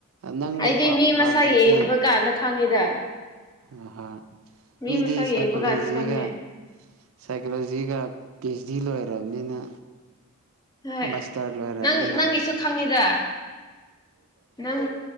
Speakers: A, on the right; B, on the left.
A: ꯅꯪꯕꯨ
B: ꯑꯩꯗꯤ
A: ꯄꯥꯟꯕꯨ
B: ꯃꯤ
A: ꯄꯥꯟꯗ꯭ꯔꯗꯤ
B: ꯃꯁꯛ ꯌꯦꯡꯕ ꯀꯥꯟꯗ ꯈꯪꯉꯦꯗ
A: ꯑ ꯍ
B: ꯃꯤ
A: ꯃꯤꯗꯤ
B: ꯃꯁꯛ
A: ꯁꯥꯏꯀꯣꯂꯣꯖꯤꯒ
B: ꯌꯦꯡꯕ ꯀꯥꯟꯗ ꯈꯪꯉꯦ
A: ꯁꯥꯏꯀꯣꯂꯣꯖꯤꯒ ꯄꯤ ꯑꯩꯆ ꯗꯤ ꯂꯣꯏꯔꯕꯅꯤꯅ
B: ꯍꯣꯏ
A: ꯃꯥꯁꯇꯔ ꯂꯣꯢꯔꯕꯅꯤꯅ
B: ꯅꯪ ꯅꯪꯒꯤꯁꯨ ꯈꯪꯉꯤꯗ ꯅꯪ